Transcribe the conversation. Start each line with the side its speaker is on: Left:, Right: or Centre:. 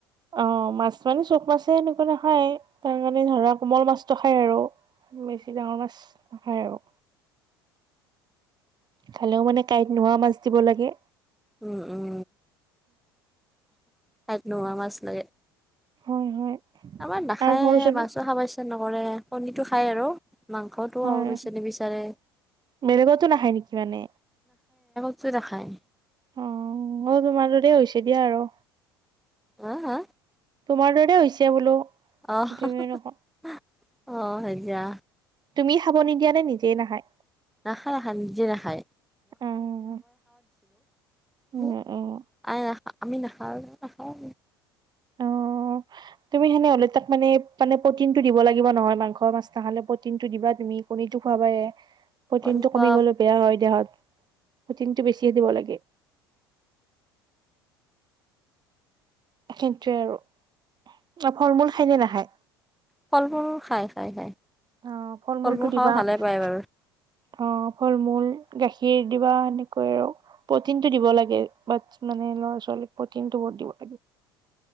Right: অ', মাছ মানে চব মাছে এনেকুৱা নাখায় তাৰ কাৰণে ধৰা কোমল মাছটো খায় আৰু। বেছি ডাঙৰ মাছ নাখায় আৰু। খালেও মানে কাঁইট নোহোৱা মাছ দিব লাগে।
Centre: উম-উম কাইট নোহোৱা মাছ লাগে।
Right: হয় হয়।
Centre: আমাৰ নাখাইয়ে
Right: আৰু সৰু ছোৱালী
Centre: মাছো খাবা ইচ্ছা নকৰে কণীটো খাই আৰু মাংসটো
Right: হয়
Centre: আৰু পিছে নিবি বিচাৰে।
Right: বেলেগতো নাখায় নেকি মানে?
Centre: কিয় নাখায়?
Right: অ', অ' মোৰ তোমাৰ দৰে হৈছে দিয়া আৰু।
Centre: আ হা।
Right: তোমাৰ দৰে হৈছে বোলো।
Centre: অহ-অহ
Right: তুমি নক
Centre: হয় যা।
Right: তুমি খাব নিদিয়া নে নিজেই নাখায়।
Centre: নাখায় নাখায় নিজে নাখায়
Right: উম উম
Centre: না
Right: উম
Centre: আমি নাখাওঁ-নাখাওঁ
Right: অ'। তুমি সেনে হ'লে তাক মানে-মানে প্ৰটিন টো দিব লাগিব নহয় মাংসৰ মাছ নাহাললে প্ৰটিন টো দিবা তুমি কণীটো খুৱোৱাবা এ প্ৰটিনটো
Centre: কণী খোৱা
Right: কমি গ'লে বেয়া হয় দেহত। প্ৰটিনটো বেছিয় দিব লাগে। সেটোৱে আৰু ফল মূল খায়নে নাখায়।
Centre: ফল মূল খাই খাই খাই
Right: অহ ফল মূলটো
Centre: মূল
Right: দিবা।
Centre: খাব ভালে
Right: অ,
Centre: পায় বাৰু
Right: ফল মূল গাখীৰ দিবা এনেকৈ আৰু। প্ৰ'টিনটো দিব লাগে, বা মানে ল'ৰা ছোৱালীক প্ৰ'টিনটো বহুত দিব লাগে।